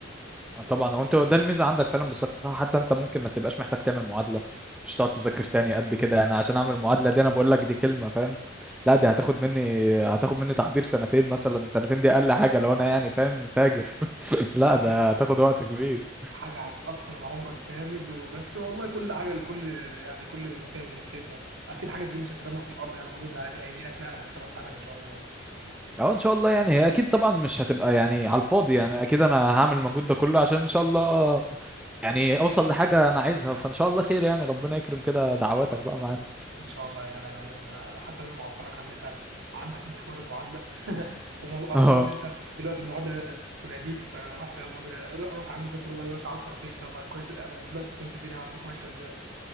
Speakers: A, in the centre; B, on the right.
A: آه، طبعا هو انت ده الميزه عندك فعلا بصراحه حتى انت ممكن ما تبقاش محتاج تعمل معادله مش تقعد تذاكر تاني قد كده انا عشان اعمل معادله دي انا بقول لك دي كلمه فاهم لا دي
B: اه
A: هتاخد مني هتاخد مني تحضير سنتين مثلا سنتين دي اقل حاجه لو انا يعني فاهم فاجر <laughs> لا
B: ده حاجه
A: ده هتاخد وقت كبير
B: حاجه هتتقص من عمرك جامد وبس والله كل حاجه لكل يعني كل مجتهد نصيبه اكيد حاجه زي مش هترمى في الارض يعني مجهودها هينقلك نقله محترمه في حياتك ان شاء الله
A: او ان شاء الله يعني هي اكيد طبعا مش هتبقى يعني على الفاضي يعني اكيد انا هعمل المجهود ده كله عشان ان شاء الله يعني اوصل لحاجه انا عايزها فان شاء الله خير يعني ربنا يكرم كده دعواتك بقى معانا
B: ان شاء الله يا غالي انا انا أنا حاسس ان انا معطلك عن ان انت عندك مشوار المعادله <laughs> واظن
A: اه
B: ان انت دلوقتي المعادله تناديك فروح يلا بينا روح يا عم ذاكر الله مش عطل فيك يلا كويس انا دلوقتي فهمت الدنيا عندكم ماشيه ازاي